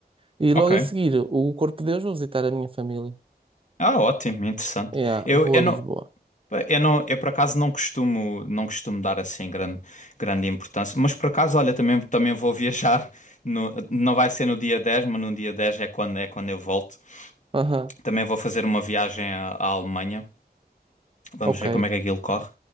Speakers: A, on the right; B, on the left.
A: E logo
B: Ok,
A: a seguir, o Corpo de Deus, vou visitar a minha família.
B: Ah, ótimo, interessante.
A: Yeah,
B: Eu,
A: vou
B: eu
A: a
B: não,
A: Lisboa.
B: pá, eu não, eu por acaso não costumo, não costumo dar assim grande, grande importância, mas por acaso, olha, também, também vou viajar, no- não vai ser no dia 10, mas no dia 10 é quando, é quando eu volto.
A: Aham,
B: Também vou fazer uma viagem à, à Alemanha, vamos
A: ok.
B: ver como é que aquilo corre.